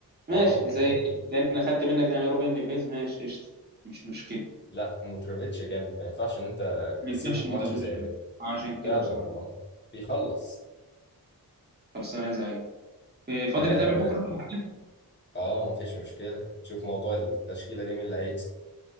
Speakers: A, on the right; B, on the left.
A: ماشي
B: اه <laughs>
A: زي كأن أخدت منك يعني روبن نيفيز ماشي قشطة مش مشكلة
B: لا متروفيتش جامد ما ينفعش ان انت
A: ما
B: تسيبه
A: ينفعش
B: في
A: ما
B: ماتش
A: تاخدوش
B: زي
A: بالك
B: ده
A: عشان كده
B: فعلا
A: بصراحة
B: والله بيخلص
A: خلصانة يا زعيم إيه، فاضي
B: آه،
A: نتقابل بكرة ولا حاجة؟
B: اه مفيش مشكلة شوف موضوع التشكيلة دي مين اللي هيكسب